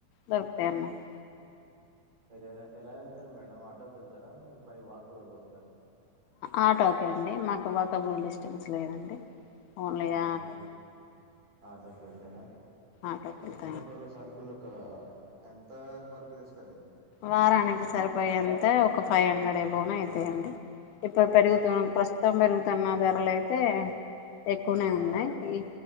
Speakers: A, on the left; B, on the right.
A: దొరుకుతాయి అన్నమాట
B: మీరు ఎలా ఎలా వెళ్తారుా మేడం ఆటోకి వెళ్తారా మీరు బై వాక్ పోయిపోతారా
A: ఆటో ఓకే అండి మాకు ఒకకబుల్ డిస్టెన్స్ లేదండి ఓన్లీ
B: ఆ
A: ఆటో
B: కాబట్టి ఆడ్డకి వెళ్తార
A: ఆటోకి
B: తెచ్చినప్పుడల్లా
A: వెళ్తాం
B: సరుకులకు ఎంతా సరుకులు తెస్త
A: వారానికి సరిపోయంత ఒక ఫైవ్ హండ్రెడ్ అయిబోన అయితాయంండి ఇప్పుడు
B: అంటే
A: పెరుగుతు
B: సిక్స్
A: ప్రస్తుతం పెరుగుతున్న ధరలయితే ఎక్కువనే ఉన్నాయి
B: ఆ
A: ఈ